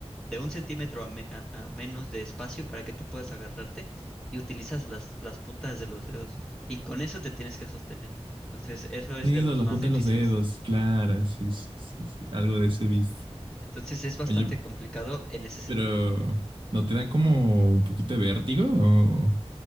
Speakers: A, in the centre; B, on the right.
A: de un centímetro a, me- a- a menos de espacio para que tú puedas agarrarte y utilizas las, las puntas de los dedos. Y con eso te tienes que sostener. Entonces, eso es
B: Dedos,
A: de los
B: la
A: más
B: punta
A: difíciles.
B: de los dedos. Claro, sí, sí, sí, sí. Algo de ese viste.
A: Entonces, es bastante
B: Oye,
A: complicado en ese sentido.
B: Pero ¿no te da como un poquito de vértigo o,